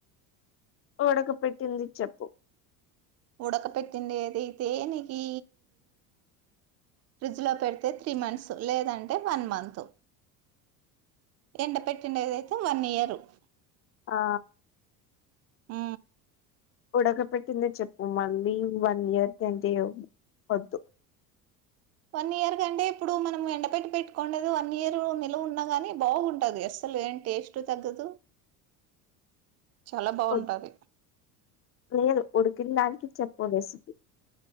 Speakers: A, on the left (about 35°); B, on the right (about 40°).
A: ఉడక పెట్టింది చెప్పు
B: ఉడక పెట్టిండేదైతే నికి ఫ్రిడ్జ్ లో పెడితే త్రీ మంత్స్ లేదంటే వన్ మంత్ ఎండ పెట్టిండేదైతే వన్ ఇయరు ఉ.
A: ఆ
B: ఉ
A: ఉడక పెటింది చెప్పు మళ్లీ వన్ ఇయర్ అంటే వద్దు.
B: వన్ ఇయర్ కంటే ఇప్పుడు మనం ఎండపెట్టి పెట్టుకోండది వన్ ఇయర్ నిలువ ఉన్నా గాని బాగుంటది అస్సలు ఏం టేస్ట్ తగ్గదు. చాలా బాగుంటది
A: <unintelligible> లేదు ఉడికిందానికి చెప్పు రెసి